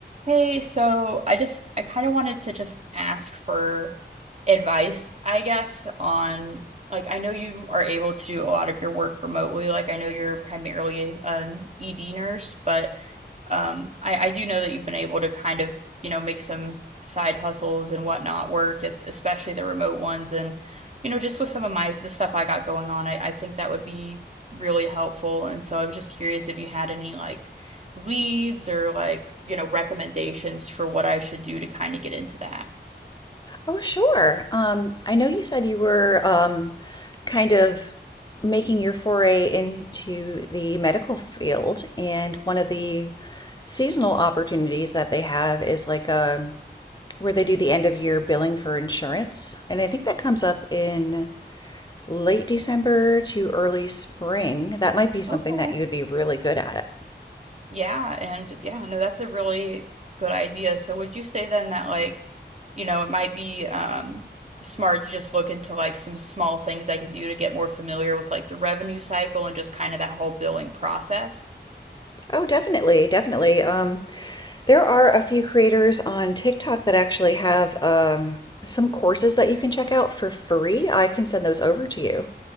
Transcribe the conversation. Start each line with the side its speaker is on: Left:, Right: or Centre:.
Right: Hey, so I just I kind of wanted to just ask for advice, I guess, on like I know you are able to do a lot of your work remotely. Like I know you're primarily an ED nurse, but um, I, I do know that you've been able to kind of, you know, make some side hustles and whatnot work. It's especially the remote ones. And, you know, just with some of my the stuff I got going on, I, I think that would be really helpful. And so I was just curious if you had any like leads or like, you know, recommendations for what I should do to kind of get into that.
Left: Oh, sure. Um, I know you said you were um, kind of making your foray into the medical field, and one of the seasonal opportunities that they have is like a where they do the end of year billing for insurance. And I think that comes up in late December to early spring. That might be something
Right: Okay.
Left: that you would be really good at.
Right: Yeah, and yeah, no, that's a really good idea. So would you say then that like, you know, it might be um smart to just look into like some small things I can do to get more familiar with like the revenue cycle and just kind of that whole billing process?
Left: Oh, definitely, definitely. Um, There are a few creators on TikTok that actually have um, some courses that you can check out for free. I can send those over to you.